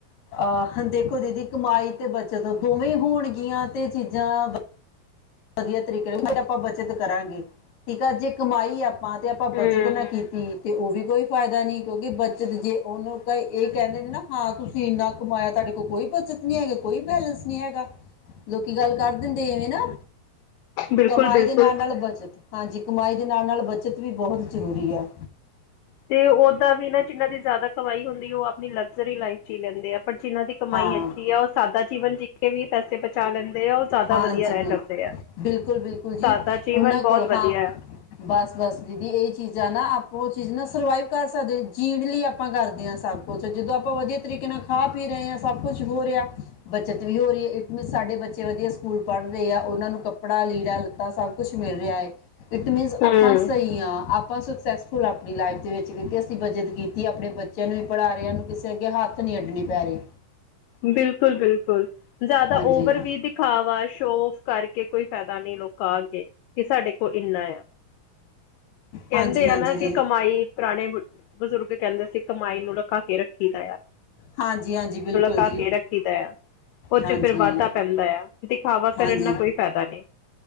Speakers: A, on the left (about 60°); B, on the left (about 80°).
A: ਆਹ ਦੇਖੋ ਦੀਦੀ ਕਮਾਈ, ਤੇ ਬੱਚਤ ਦੋਵੇਂ ਹੋਣਗੀਆਂ ਤੇ ਚੀਜ਼ਾਂ। ਵਧੀਆ ਤਰੀਕੇ ਨਾਲ ਤਦ ਆਪਾਂ ਬੱਚਤ ਕਰਾਂਗੇ, ਠੀਕ ਆ ਜੇ ਕਮਾਈ ਆਪਾਂ। ਤੇ ਆਪਾਂ
B: ਹੂੰ-ਹੂੰ,
A: ਬੱਚਤ ਨਾ ਕੀਤੀ, ਤੇ ਉਹ ਵੀ ਕੋਈ ਫਾਇਦਾ ਨਹੀਂ ਕਿਉਂਕਿ ਬੱਚਤ ਜੇ ਉਹਨੂੰ ਇਹ। ਕਹਿੰਦੇ ਨੇ ਨਾ ਹਾਂ ਤੁਸੀਂ ਇੰਨਾ ਕਮਾਇਆ, ਤੁਹਾਡੇ ਕੋਲ ਕੋਈ ਬੱਚਤ ਨੀ ਹੈਗਾ, ਕੋਈ ਬੈਲੇੈਂਸ ਨਹੀਂ ਹੈਗਾ। ਲੋਕੀ ਗੱਲ ਕਰ ਦਿੰਦੇ ਐਵੇਂ ਨਾ,
B: ਬਿਲਕੁਲ-ਬਿਲਕੁਲ।
A: ਕਮਾਈ ਦੇ ਨਾਲ -ਨਾਲ। ਬੱਚਤ, ਹਾਂਜੀ ਕਮਾਈ ਦੇ ਨਾਲ- ਨਾਲ ਬੱਚਤ ਵੀ ਬਹੁਤ ਜ਼ਰੂਰੀ ਹੈ।
B: ਤੇ ਓਦਾਂ ਵੀ ਨਾ ਜਿੰਨਾਂ ਦੀ ਜ਼ਿਆਦਾ ਕਮਾਈ ਹੁੰਦੀ, ਉਹ ਆਪਣੀ ਲਗਜ਼ਰੀ ਲਾਈਫ। ਲੈਂਦੇ ਆ, ਪਰ ਜਿਹਨਾਂ ਦੀ ਕਮਾਈ
A: ਹਾਂ
B: ਅੱਛੀ ਆ, ਉਹ ਸਾਦਾ ਜੀਵਨ ਜੀ ਕੇ ਵੀ ਪੈਸੇ ਬਚਾ ਲੈਂਦੇ ਆ ਉਹ। ਜ਼ਿਆਦਾ
A: ਹਾਂਜੀ
B: ਵਧੀਆ ਰਹਿ
A: ਬਿਲਕੁਲ
B: ਜਾਂਦੇ ਆ।
A: -ਬਿਲਕੁਲ- ਬਿਲਕੁਲ, ਜੀ
B: ਸਾਦਾ ਜੀਵਨ
A: ਉਹਨਾਂ
B: ਬਹੁਤ
A: ਕੋਲ
B: ਵਧੀਆ
A: ਹਾਂ
B: ਹੈ।
A: ਬਸ- ਬਸ, ਦੀਦੀ ਇਹ ਚੀਜ਼ਾਂ ਨਾ ਆਪਾਂ, ਉਹ ਚੀਜ਼ ਨਾ ਸਰਵਾਈਵ ਕਰ ਸਕਦੇ, ਜੀਣ ਲਈ ਆਪਾਂ ਕਰਦੇ ਹਾਂ ਸਭ। ਕੁਛਾ, ਜਦੋਂ ਆਪਾਂ ਵਧੀਆ ਤਰੀਕੇ ਨਾਲ ਖਾ ਪੀ ਰਹੇ ਹਾਂ ਸਭ ਕੁੱਛ ਹੋ ਰਿਹਾ। ਬੱਚਤ ਵੀ ਹੋ ਰਹੀ ਹੈ, ਸਾਡੇ ਬੱਚੇ ਵਧੀਆ ਸਕੂਲ ਪੜ੍ਹ ਰਹੇ ਆ, ਉਹਨਾਂ ਨੂੰ ਕੱਪੜਾ ਲੀੜਾ ਲੱਤਾ ਸਭ ਕੁਛ ਮਿਲ ਰਿਹਾ ਹੈ। ਇਟ ਮੀਨਸ ਆਪਾਂ
B: ਹੂੰ,
A: ਸਹੀ ਹਾਂ, ਆਪਾਂ ਸਕਸੈਸ। ਫੁੱਲ, ਆਪਣੀ ਲਾਈਫ ਦੇ ਵਿੱਚ ਕਿਉਂਕਿ ਅਸੀਂ ਬੱਚਤ ਕੀਤੀ, ਆਪਣੇ ਬੱਚਿਆਂ ਨੂੰ ਵੀ ਪੜ੍ਹਾ ਰਏ ਆਂ, ਸਾਨੂੰ ਕਿਸੇ ਅੱਗੇ ਹੱਥ ਨਹੀਂ ਅੱਡਣੀ ਪੈ ਰਹੀ।
B: ਬਿਲਕੁਲ -ਬਿਲਕੁਲ, ਜਿਆਦਾ
A: ਹਾਂਜੀ
B: ਓਵਰ ਵੀ ਤੇ ਖਾਵਾ ਸ਼ੋ ਔਫ ਕਰਕੇ ਕੋਈ ਫਾਇਦਾ, ਨੀ ਲੋਕਾਂ ਅੱਗੇ ਕਿ ਸਾਡੇ। ਔ ਇੰਨਾ ਆ, ਕਹਿੰਦੇ
A: ਹਾਂਜੀ ਹਾਂਜੀ
B: ਆ ਨਾ
A: ਦੀਦੀ
B: ਕਿ ਕਮਾਈ। ਪੁਰਾਣੇ ਬਜ਼ੁਰਗ ਕਹਿੰਦੇ ਸੀ, ਕਮਾਈ ਨੂੰ ਲੂਕਾ ਕੇ ਰੱਖੀ ਦਾ ਆ।
A: ਹਾਂਜੀ- ਹਾਂਜੀ, ਬਿਲਕੁਲ।
B: ਲੂਕਾ
A: ਜੀ
B: ਕੇ ਰੱਖੀ ਦਾ ਐ, ਉਹ ਚ
A: ਹਾਂਜੀ,
B: ਫਿਰ ਵਾਧਾ ਪੈਂਦਾ ਆ, ਦਿਖਾਵਾ
A: ਹਾਂਜੀ
B: ਕਰਨ ਨਾਲ ਕੋਈ ਫਾਇਦਾ ਨਹੀਂ।